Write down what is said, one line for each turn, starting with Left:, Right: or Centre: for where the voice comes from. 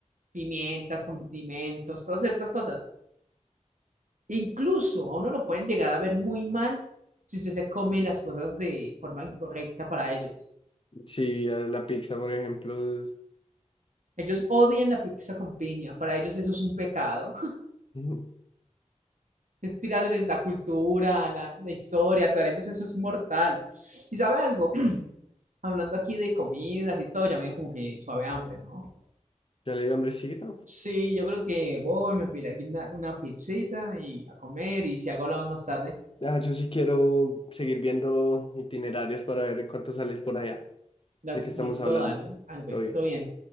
Right: Pimientas, condimentos, todas estas cosas. Incluso a uno lo pueden llegar a ver muy mal si usted se come las cosas de forma incorrecta para ellos.
Left: Sí, eh, la pizza, por ejemplo, es-
Right: Ellos odian la pizza con piña, para ellos eso es un pecado.
Left: <laughs> Ujú.
Right: es tirarles la cultura, la, la historia, para ellos eso es mortal. ¿Y sabe algo? <clears throat> Hablando aquí de comidas y todo, ya me dio como que suave hambre, ¿no?
Left: ya le dio hambrecita.
Right: Sí, yo creo que voy, me pediré aquí una, una pizzita y a comer, y si algo hablamos más tarde,
Left: Ah, yo sí quiero seguir viendo itinerarios para ver en cuánto salir por allá.
Right: las,
Left: ¿De qué estamos
Right: listo,
Left: hablando?
Right: dale, Alves,
Left: Todo bien.
Right: todo bien.